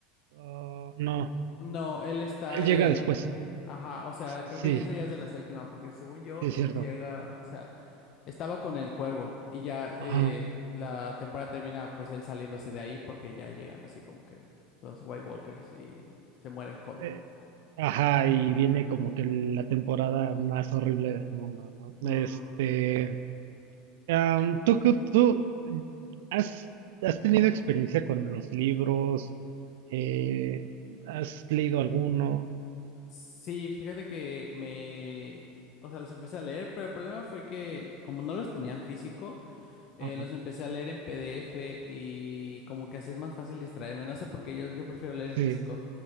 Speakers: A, on the right; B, on the left.
A: ah, no,
B: No, él está
A: él llega
B: en...
A: después.
B: Ajá, o sea, creo
A: Sí,
B: que eso ya es de la séptima, porque según yo,
A: Sí, es
B: él
A: cierto.
B: llega, o sea... Estaba con el cuervo y ya
A: Ajá.
B: eh, la temporada termina pues él saliéndose de ahí porque ya llegan así como que los White Walkers y se muere Hodor.
A: Eh, ajá, y viene como que la temporada más horrible del mundo, ¿no?
B: Mm,
A: Este, am, ¿tú, qué- tú has, has tenido experiencia con los libros? Eh, ¿has leído alguno?
B: Sí, fíjate que me... O sea, los empecé a leer, pero el problema fue que como no los tenía en físico, eh,
A: Ajá,
B: los empecé a leer en PDF y como que así es más fácil distraerme. No sé por qué yo, yo prefiero leer en
A: sí,
B: físico.